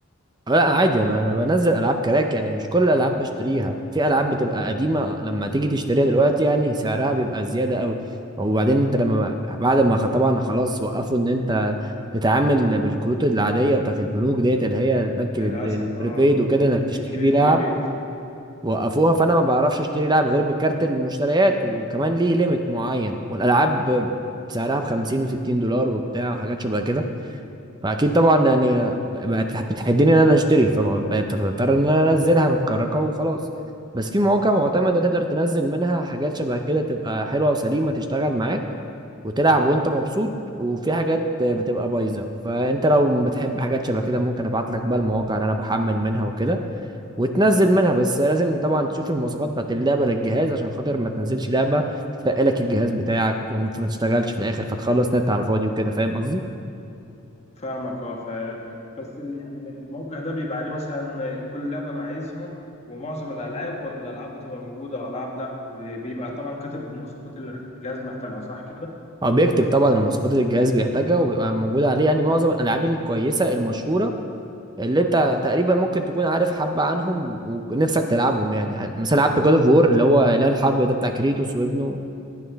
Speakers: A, on the right (about 20°); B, on the left (about 30°).
A: لا عادي ما انا بنزل العاب كراك يعني مش كل الالعاب بشتريها في العاب بتبقى قديمه لما تيجي تشتريها دلوقتي يعني سعرها بيبقى زياده قوي وبعدين انت لما بعد ما خ- طبعا خلاص وقفوا ان انت تتعامل بالكروت العاديه بتاعت البنوك ديت اللي هي البنك
B: للأسف
A: البر- البريبايد
B: اه
A: وكده انك تشتري
B: الكري
A: بيه
B: بريبيت
A: لعب وقفوها فانا ما بعرفش اشتري لعب غير بكارت المشتريات وكمان ليه ليميت معين والالعاب سعرها ب 50 و60 دولار وبتاع حاجات شبه كده فاكيد طبعا يعني بقت بتحدني ان انا اشتري فبقيت بضطر ان انا انزلها متكركه وخلاص بس في مواقع معتمده تقدر تنزل منها حاجات شبه كده تبقى حلوه وسليمه تشتغل معاك وتلعب وانت مبسوط وفي حاجات بتبقى بايظه فانت لو بتحب حاجات شبه كده ممكن ابعت لك بقى المواقع اللي انا بحمل منها وكده وتنزل منها بس لازم طبعا تشوف المواصفات بتاعت اللعبه للجهاز عشان خاطر ما تنزلش لعبه تثقلك الجهاز بتاعك وما تشتغلش في الاخر فتخلص نت على الفاضي وكده فاهم قصدي
B: فاهمك اه ف بس اللي يعني الموقع ده بيبقى عليه مثلا كل لعبة انا عايزها ومعظم الألعاب ولا الألعاب بتبقى موجودة وألعاب لأ وبيبقى طبعا كاتب المواصفات اللي الجهاز محتاجها صح كده
A: هو بيكتب طبعا المواصفات اللي الجهاز بيحتاجها وبيبقى موجودة عليه يعني معظم الألعاب الكويسة المشهورة اللي أنت تقريبا ممكن تكون عارف حبة عنهم ونفسك تلعبهم يعني مثلا لعبت جود أوف وور اللي هو إله الحرب ده بتاع كريتوس وابنه